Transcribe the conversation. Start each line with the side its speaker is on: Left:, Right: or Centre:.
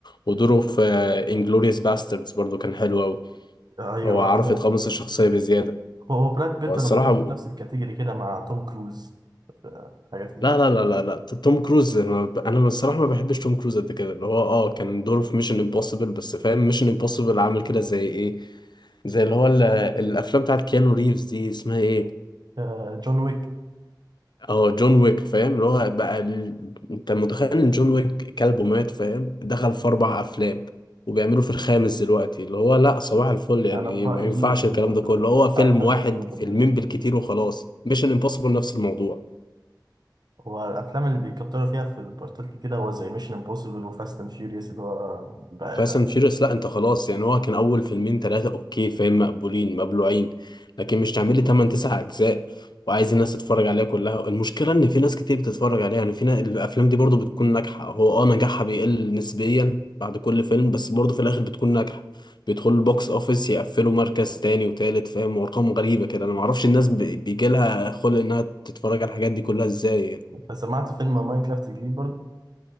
Left: ودوره في انجلوريوس باستردز برضو كان حلو أوي
Right: ايوه
Left: هو عرف
Right: هو
Left: يتقمص الشخصية بزيادة
Right: هو براد بيت
Left: هو الصراحة
Right: انا بحطه في نفس الكاتيجوري كده مع توم كروز في حاجات كتير
Left: لا لا لا لا لا توم كروز انا ب- أنا الصراحه ما بحبش توم كروز قد كده اللي هو اه كان دوره في ميشن امبوسيبل بس فاهم ميشن امبوسيبل عامل كده زي ايه زي اللي هو ال- الافلام بتاعت كيانو ريفز دي اسمها ايه
Right: آه، جون ويك
Left: اه جون ويك فاهم اللي هو بقى ال... انت متخيل ان جون ويك كلبه مات فاهم دخل في اربع افلام وبيعملوا في الخامس دلوقتي اللي هو لا صباح الفل يعني
Right: انا
Left: إيه،
Right: في رايي
Left: ما ينفعش الكلام ده كله هو فيلم
Right: أفلام
Left: واحد
Right: دول المفضلين
Left: فيلمين بالكتير وخلاص ميشن امبوسيبل نفس الموضوع
Right: هو الافلام اللي بيكتروا فيها في البارتات كتير هو زي ميشن امبوسيبل وفاست اند فيوريوس اللي هو بقى
Left: فاست اند فيوريوس لا انت خلاص يعني هو كان اول فيلمين ثلاثه اوكي فاهم مقبولين مبلوعين لكن مش تعمل لي 8 9 اجزاء وعايز الناس تتفرج عليها كلها المشكله ان في ناس كتير بتتفرج عليها يعني في نا- الافلام دي برضو بتكون ناجحه هو اه نجاحها بيقل نسبيا بعد كل فيلم بس برضو في الاخر بتكون ناجحه بيدخلوا البوكس اوفيس يقفلوا مركز تاني وتالت فاهم وارقام غريبه كده انا ما اعرفش الناس بيجي لها خلق انها تتفرج على الحاجات دي كلها ازاي يعني.
Right: انت سمعت فيلم ماينكرافت الجديد برضه